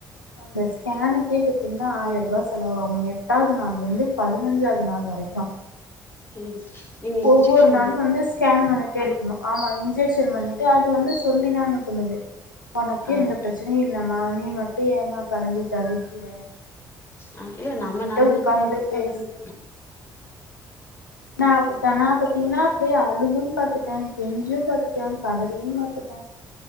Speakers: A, on the left (about 85°); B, on the left (about 25°).
A: அந்த ஸ்கேனுக்கே பாத்தீங்கன்னா ஆயிரூபாய் செலவாகு எட்டாவது நாள்லுருந்து பதினஞ்சாவது நாள் வர கக்கு
B: ம் நீங்க இன்ஜெக்ஷன்
A: ஒவ்வொரு நாளு வந்து ஸ்கேன் பண்ணிட்டே
B: ஆ
A: இருக்கணு ஆமா இந் அது வந்து சொல்லிதா அனுப்புனது ஒனக்கு
B: ஆ
A: எந்த பிரச்சனையு இல்லாம நீ மட்டு ஏமா கடந்து தவிக்கிற
B: ஆ இல்ல நம்ம
A: அவர்ட்ட
B: நாலு பேருக்கு
A: உக்காந்து
B: பதில் சொல்லணும்ல
A: பேசு அப்பத்தானா பாத்தீங்கன்னா அப்டியே அழுதும் பாத்துட்டே கெஞ்சியும் பாரத்துட்டே கதறியும் பத்துட்டே